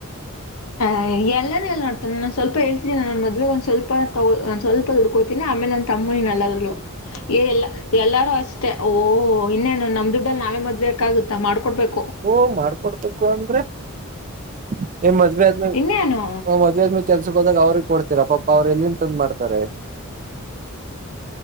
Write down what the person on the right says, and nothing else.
ಓ ಮಾಡ್ಕೊಡ್ಬೇಕು ಅಂದ್ರೆ ಹ್ಮ <unintelligible> ಮದ್ವೆ ಆದ್ಮ
ಮದ್ವೆ ಆದ್ಮಿ ಕೆಲ್ಸ ಹೋದಾಗ ಅವ್ರ ಕೊಡ್ತೀರಾ ಪಾಪ ಅವ್ರ ಎಲ್ಲಿಂತಂದ್ ಮಾಡ್ತಾರೆ